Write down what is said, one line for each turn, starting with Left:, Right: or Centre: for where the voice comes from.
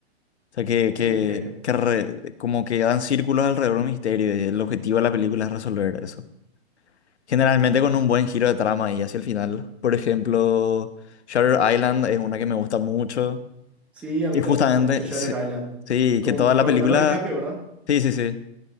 Left: O sea, que, que,
Centre: de misterio.
Left: que re- como que dan círculos alrededor de un misterio y el objetivo de la película es resolver eso. Generalmente con un buen giro de trama y hacia el final. Por ejemplo, Shutter Island es una que me gusta mucho.
Centre: Sí, a
Left: Y
Centre: mí también
Left: justamente,
Centre: me gusta mucho Shutter
Left: sí,
Centre: Island.
Left: sí,
Centre: Con,
Left: que toda la
Centre: con
Left: película...
Centre: Leonardo DiCaprio, ¿verdad?
Left: Sí, sí, sí.